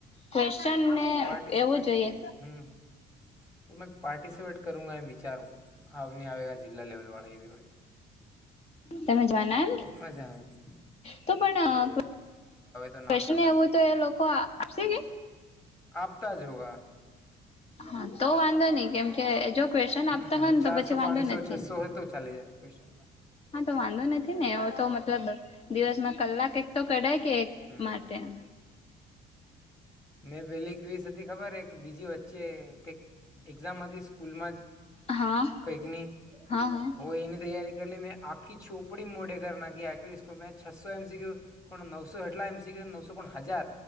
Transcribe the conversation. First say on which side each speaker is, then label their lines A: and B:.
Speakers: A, on the left; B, on the left.
A: ક્વેશ્ચનને
B: પાર્ટિસિપેટ
A: એવું જોઈએ
B: હમ તો મે પાર્ટિસિપેટ કરુંા વિચારું હ ન આવેગ જિલ્લા લેવલ વાળા
A: તમે જોવાના એમ
B: મજા આવે એમાં
A: તો પણ
B: તો નામ
A: કન
B: લખાડ
A: એવું હોય
B: દું
A: તો એ લોકો આપશે કે
B: આપફતા જ હોગ
A: હા તો વાંધો નહી કેમકે જો ક્વેશન આપતા
B: હમ
A: હોય ને
B: ચારસો
A: તો પછી વાંધો
B: પાંચસો
A: નથી.
B: છસો હોય તો ચાલી જાય ક્વેશ્ચનમાં
A: હા તો વાંધો નથી ને એ તો મતલબ દિવસમાં કલાક એક તો કઢાય કે એક
B: હમ
A: તેમ
B: મેં પેલી ક્વીિસ હતી ખબર એક બીજી વચ્ચે ક એક્ઝામ હતી સ્કૂલ માં જ
A: હા
B: કંકની
A: હા હા
B: હો એની તૈયારી કરીલી મેં આ ખી છોપડી મોઢે કર નાકી આખી મે છસો એમ સી કો નવસો હેટલા એમ સી કે નવસો કોણ હજાર